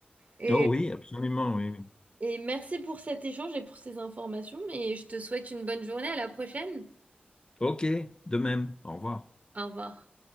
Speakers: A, on the right; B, on the left.
A: Et,
B: Oh oui, absolument, oui. oui.
A: Et merci pour cet échange et pour ces informations, et je te souhaite une bonne journée, à la prochaine.
B: OK, de même. Au revoir.
A: Au revoir.